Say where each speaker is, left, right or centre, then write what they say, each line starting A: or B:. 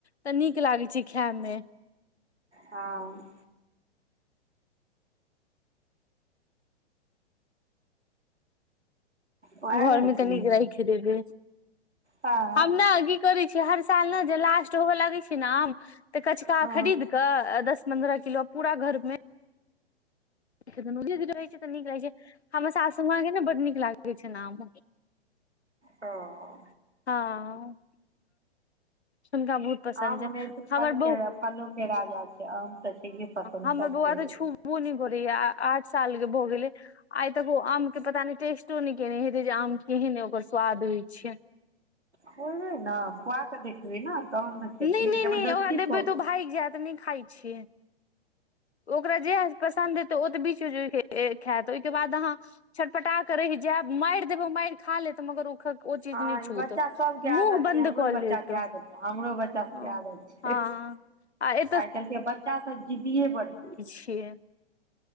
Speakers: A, on the left; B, on the right.
A: तऽ नीक लागे छै खाय मे।
B: हँ। वैह
A: घरमे
B: ने की
A: त नीक लगै छै राखी देेबै,
B: हँ
A: हम ने आगे करै छी हर साल ने जे लास्ट होऽ लगै छै ने आम तऽ कचका
B: हँ
A: खरीद कऽ दस पन्द्रह किलो, पूरा घर मे रहै छै तऽ नीक लागै छै। हमर सासुमाँ के ने बड नीक लागे छैन आम।
B: हां।
A: हँ। हुनका बहुत पसन्द
B: आम
A: छैन,
B: ओनाहिते
A: हमर
B: फल
A: ब
B: के फलो के राजा छै आम तऽ छैहे पसन्द
A: हमर
B: सबके
A: बौआ तऽ छुबो बो नहि करैये आठ साल के भऽ गेलै। आइ तक ओ आम के पता नहि टेस्टो नहि केयने हेतै जे आम केहेन ओकर स्वाद होइत छै।
B: खुएबै ने खुआ कऽ देखबी ने तखन ने खेथिन,
A: नहि नहि
B: जबरदस्ती
A: नहि ओकरा देबै
B: खुआव।
A: तऽ ओ भागि जायत नहि खाय छै। ओकरा जे पसन्द हेतै ओ तऽ बिच मे खायत ओहिके बाद अहाँ छटपटा के रहि जायब, मारि देबै मारि खा लेत मगर ओ ओ चीज
B: हँ
A: नहि
B: ई
A: छूत,
B: बच्चा सबके
A: मुह
B: आदत
A: बन्द
B: छै हमरो
A: क
B: बच्चा
A: लेत,
B: के आदत हमरो बच्चा सबके
A: हं।
B: आदत छै
A: हँ। आ एतऽ
B: आइ काल्हि के बच्चा सब जिदीए बड होइ छै।
A: छै।